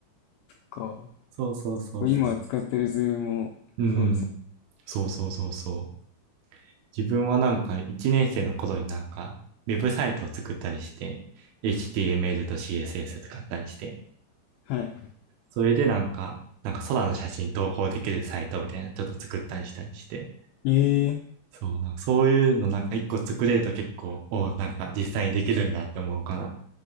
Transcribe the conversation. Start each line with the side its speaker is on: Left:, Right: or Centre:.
Left: か、
Right: そうそうそうそう。
Left: 今使ってるズームも、
Right: うん。
Left: そうですもん。
Right: そうそうそうそう。自分はなんか1年生の頃になんかウェブサイトを作ったりして、HTML と CSS 使ったりして、
Left: はい。
Right: それでなんか、なんか空の写真投稿できるサイトみたいなちょっと作ったりしたりして、
Left: ええ
Right: そうな、そういうのなんか一個作れると結構、おなんか実際にできるんだって思うから、